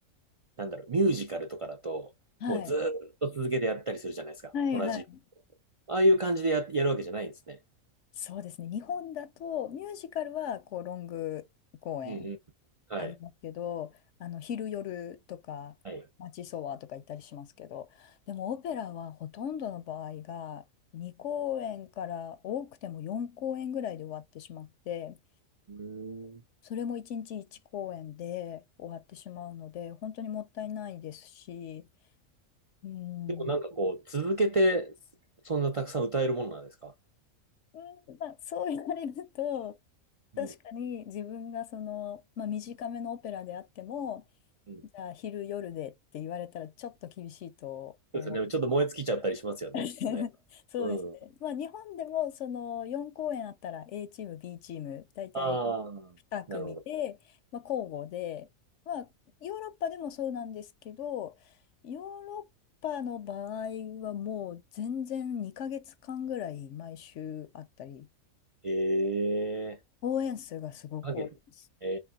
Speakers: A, on the right (about 55°); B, on the left (about 65°).
A: なんだろう、ミュージカルとかだと、
B: はい、
A: もうずーっと続けてやったりするじゃないですか。
B: はい、
A: 同じ。
B: はい
A: ああいう感じでや、やるわけじゃないんですね。
B: そうですね。日本だとミュージカルはこうロング公演
A: うんうん。はい。
B: ありますけど、あの昼夜とか街ソワとか行ったりしますけど、
A: はい。う
B: でもオペラはほとんどの場合が2公演から多くても4公演ぐらいで終わってしまって、
A: ーん。
B: それも1日1公演で終わってしまうので、本当にもったいないですし、うん、
A: でもなんかこう、続けて、そんなたくさん歌えるものなんですか
B: うん、まあ、そう言われると、
A: うん。
B: 確かに自分がその、まあ、短めのオペラであっても、
A: うん。
B: じゃあ昼夜でって言われたらちょっと厳しいと思う。
A: そうですよね。ちょっと燃え尽きちゃったりしますよね、
B: <laughs>
A: きっとね。
B: そうですね。
A: うん。
B: まあ、日本でもその4公演あったら A チーム、B チーム、大体
A: ああ、
B: 2組で、
A: なるほど。
B: まあ、交互で、まあ、ヨーロッパでもそうなんですけど、ヨーロッパの場合はもう全然2ヶ月間ぐらい毎週あったり。
A: ええ
B: 応援数がすごく多いです。
A: 影。え